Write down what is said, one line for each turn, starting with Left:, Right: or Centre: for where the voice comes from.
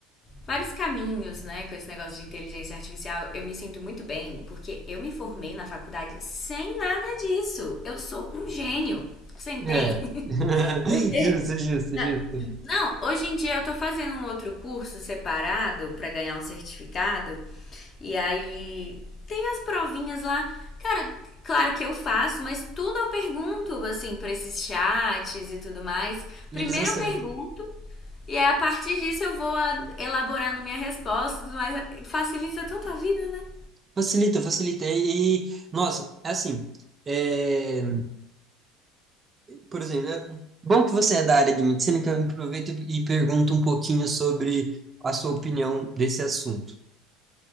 Left: vários caminhos, né, com esse negócio de inteligência artificial, eu me sinto muito bem, porque eu me formei na faculdade sem nada disso. Eu sou um gênio. Você entende?
Right: É. <laughs>
Left: Porque.
Right: Justo, justo,
Left: Não,
Right: justo.
Left: não, hoje em dia eu tô fazendo um outro curso separado pra ganhar um certificado. E aí tem as provinhas lá. Cara, claro que eu faço, mas tudo eu pergunto, assim, pra esses chats e tudo mais.
Right: E
Left: Primeiro
Right: eles acertam.
Left: eu pergunto, e aí a partir disso eu vou ah, elaborando minha resposta e tudo mais. Facilita tanto a vida, né?
Right: Facilita, facilita. E, e, nossa, é assim, é. por exemplo, é bom que você é da área de medicina, que eu aproveito e pergunto um pouquinho sobre a sua opinião desse assunto.